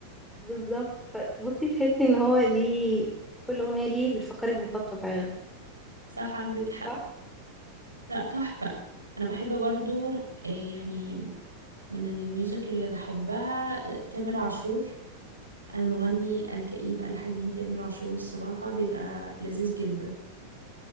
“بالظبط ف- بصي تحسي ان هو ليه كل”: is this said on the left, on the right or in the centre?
Centre